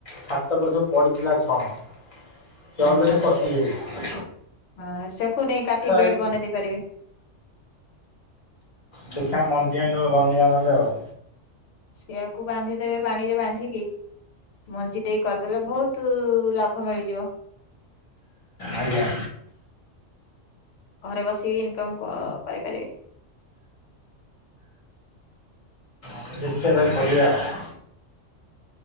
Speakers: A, on the left; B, on the left.
A: ଛାତ ଉପରେ ସବୁ ପଡ଼ିଥିଲା ଛଣ ସେ
B: ହଁ
A: ଅଲରେଡି
B: ହଁ
A: ଫସିଯାଇଛି
B: ହଁ ସେକୁ ନେଇ କାଟିି ବେଡ
A: ହେଇକି।
B: ବନେଇ ଦେଇ ପାରିବି
A: ଦେଖିବା ମଞ୍ଜିଆ ନହେଲେ ବନେଇବା ନହେଲେ ଆଉ
B: ସେଆକୁ ବାନ୍ଧି ଦେବେ ପାଣିରେ ବାନ୍ଧିକି ମଞ୍ଜି ଟିକ କରିଦେଲେ ବହୁତ ଲାଭ ମିଳିଯିବ
A: ଆଜ୍ଞା।
B: ଘରେ ବସି ଇନକମ୍ କରିପାରିବେ
A: ଦେଖିବା ତାକୁ କରିଆ ଆଉ